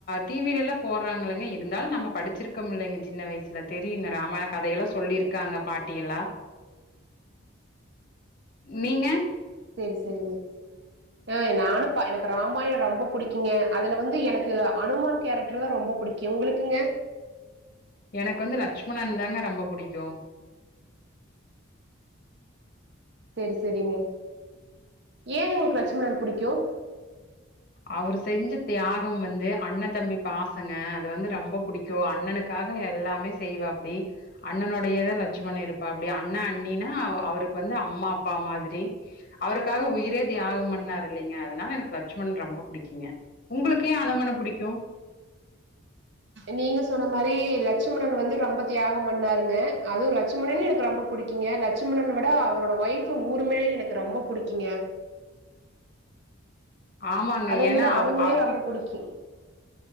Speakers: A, on the left; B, on the right.
A: டிவிலல்லா போறாங்களங்க இருந்தாலு நம்ம படிச்சிருக்கோம்லைங்க சின்ன வயசுல தெரியுங்க ராமாயண கதையெல்லா சொல்லியிருக்காங்க பாட் ட்டியெலா நீங்க
B: செரி செரிங்க ஆ நானு ப எனக்கு ராமாயண ரொம்ப பிடிக் கீங்க அதுல வந்து எனக்கு அனுமான் கேரக்டர் தா ரொம்ப பிடிக்கும் உங்ளுக்குங்க
A: எனக்கு வந்து லட்சுமணன்ந்தாங்க ரொம்ப பிடிக்கும்
B: சரி சரிங்க ஏனுங்க உங்களுக்கு லட்சமணன் புடிக்கும்
A: அவரு செஞ்ச தியாகம் வந்து அண்ணன் தம்பி பாசங்க அது வந்து ரொம்ப பிடிக்கும் அண்ணனுக்காக எல்லாமே செய்வாப்படி அண்ணனோடையேதா லட்சுமண இருப்பாப்படி அண்ணன் அண்ணினா அவருக்கு வந்து அம்மா அப்பா மாதிரி அவருக்காக உயிரே தியாகம் பண்ணாரில்லைங்க அதனால எனக்கு லட்சும மன் ரொம்ப புடிக்குங்க உங்களுக்கு ஏன் அனுமனை புடிக்கும்
B: நீங்க சொன்ன மாரி லட்சுமணன் வந்து ரொம்ப தியாக பண்ணாருங்க அதுவு லட்சுமணன் எனக்கு ரொம்ப புடிக்குங்க லட்சுமணன் விட அவரோட ஒய்ஃப் ஊர்மிலா எனக்கு ரொம்ப புடிக்கங்க
A: ஆமாங்க.
B: அதே
A: ஏன்னா
B: மாரி அனுமனையு
A: அவ் அ
B: ரொம்ப புடிக்கும்